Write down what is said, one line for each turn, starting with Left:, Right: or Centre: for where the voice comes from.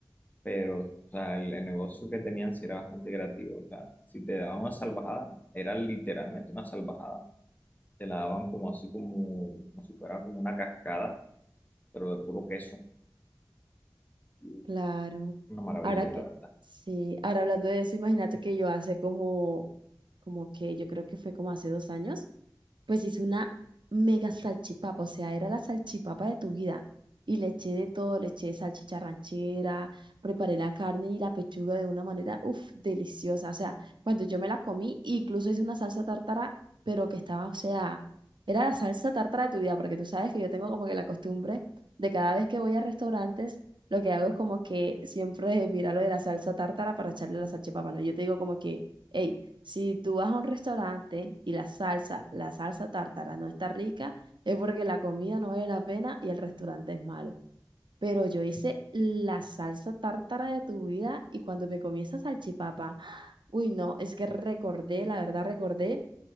Left: pero o sea, el, el negocio que tenían sí era bastante creativo. O sea, si te daban una salvajada, era literalmente una salvajada. Te la daban como así, como, como si fuera como una cascada, pero de puro queso. Y, uf,
Right: Claro.
Left: Una maravilla,
Right: Ahora que,
Left: la verdad.
Right: sí, ahora hablando de eso, imagínate que yo hace como, como que yo creo que fue como hace dos años Pues hice una mega salchipapa, o sea, era la salchipapa de tu vida. Y le eché de todo, le eché salchicha ranchera, preparé la carne y la pechuga de una manera, uff, deliciosa. O sea, cuando yo me la comí, incluso hice una salsa tártara, pero que estaba, o sea, era la salsa tártara de tu vida, porque tú sabes que yo tengo como que la costumbre de cada vez que voy a restaurantes, lo que hago es como que siempre mirar lo de la salsa tártara para echarle a la salchipapa, ¿no? Yo te digo como que, hey, si tú vas a un restaurante y la salsa, la salsa tártara no está rica, es porque la comida no vale la pena y el restaurante es malo. Pero yo hice la salsa tártara de tu vida y cuando me comí esa salchipapa, <gasps> uy, no, es que recordé, la verdad recordé